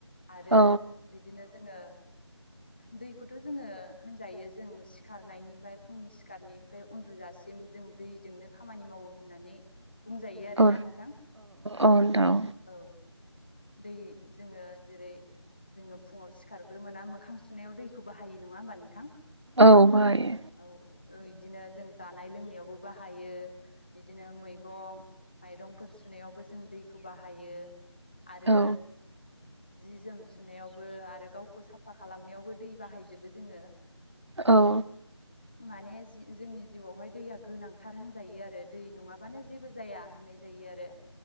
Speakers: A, on the left; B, on the right.
A: आरो
B: औ
A: बिदिनो जोङो। दैखौथ जोङो होनजायो जों सिखारनायनिफ्राय फुंनि सिखारनिफ्राय उन्दुजासिम जों दैजोंनो खामानि मावो होननानै। बुंजायो आरो
B: औ
A: ना नोंथां
B: औ नोंथां
A: औ। दै जोङो जेरै। जोङो फुङाव सिखारग्रोना मोखां सुनायाव दैखौ बाहायो नङा होमबा नोंथां।
B: औ बाहायो
A: औ इदिनो जों जानाय लोंनायावबो बाहायो बिदिनो मै मैगं माइरंफोर सुनायावबो जों दैखौ बाहायो। आरो
B: औ
A: जि जोम सुनायावबो आरो गावखौ साफा खालामनायावबो दै बाहायजोबो जोङो।
B: औ
A: माने जोंनि जिउआवहाय दैया गोनांथार होनजायो आरो दै नङाबानो जेबो जाया होननाय जायो आरो।